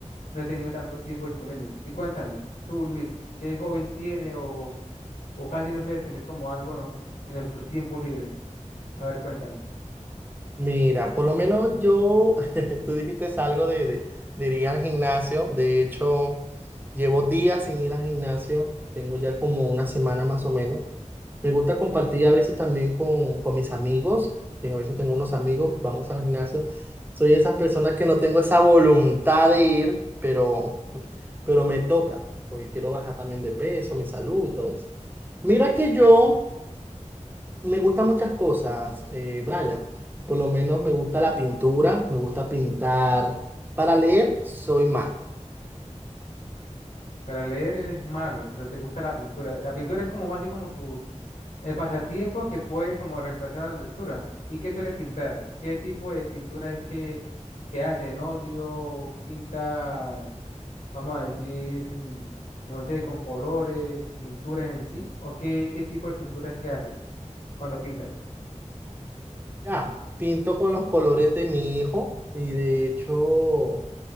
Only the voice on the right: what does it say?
Mira, por lo menos yo, <laughs> tú dijiste algo de, de, de ir al gimnasio. De hecho, llevo días sin ir al gimnasio. Tengo ya como una semana más o menos. Me gusta compartir a veces también con, con mis amigos. que a veces tengo unos amigos, vamos al gimnasio. Soy esas personas que no tengo esa voluntad de ir, pero, pero me toca, porque quiero bajar también de peso, mi salud, todo eso. Mira que yo me gustan muchas cosas, eh, Brian. Por lo menos me gusta la pintura, me gusta pintar. Para leer soy malo.
Ya, pinto con los colores de mi hijo y de hecho...